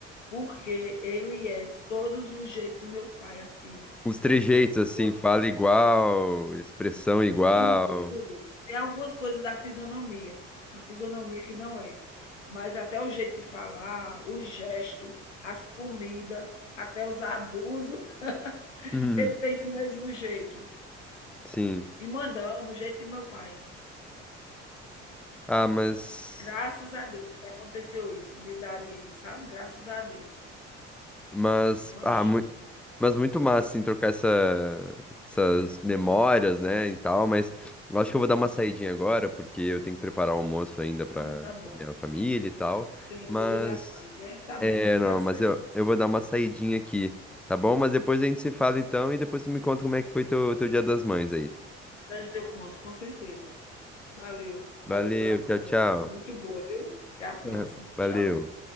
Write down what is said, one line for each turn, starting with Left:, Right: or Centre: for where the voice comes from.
Left: porque ele é todos os jeitos do meu pai, assim,
Centre: Os trejeitos,
Left: os
Centre: assim,
Left: gostos,
Centre: fala igual, expressão igual.
Left: tudo, tudo. Tem algumas coisas da fisionomia, a fisionomia que não é, mas até o jeito de falar, o gesto, as comidas, até os abusos, <laughs>
Centre: Uhum.
Left: ele tem do mesmo jeito.
Centre: Sim.
Left: E mandão, do jeito de meu pai.
Centre: Ah, mas.
Left: Graças a Deus que aconteceu isso, de dar ele, sabe? Graças a Deus.
Centre: Mas.
Left: Eu
Centre: Ah,
Left: achei.
Centre: mu- Mas muito massa, assim, trocar essa, essas memórias, né, e tal, mas eu acho que eu vou dar uma saidinha agora, porque eu tenho que preparar o almoço ainda para
Left: Ah, tá bom.
Centre: minha família e tal,
Left: Sim,
Centre: mas,
Left: do Dia das Mães, né. Tá bom,
Centre: é, não,
Left: tá certo.
Centre: mas eu, eu vou dar uma saidinha aqui, tá bom? Mas depois a gente se fala então, e depois tu me conta como é que foi teu, teu Dia das Mães aí.
Left: Certo, eu conto, com certeza. Valeu, valeu
Centre: Valeu,
Left: pela
Centre: tchau,
Left: conversa,
Centre: tchau.
Left: foi muito boa, viu. Até a próxima,
Centre: <laughs> Valeu.
Left: tchau.